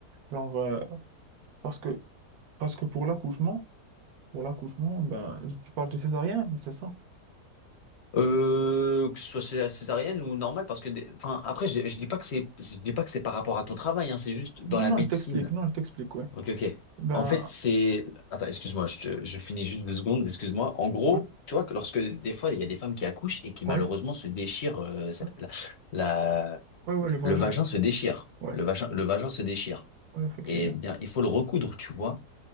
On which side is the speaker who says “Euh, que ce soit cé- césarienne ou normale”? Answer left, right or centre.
Left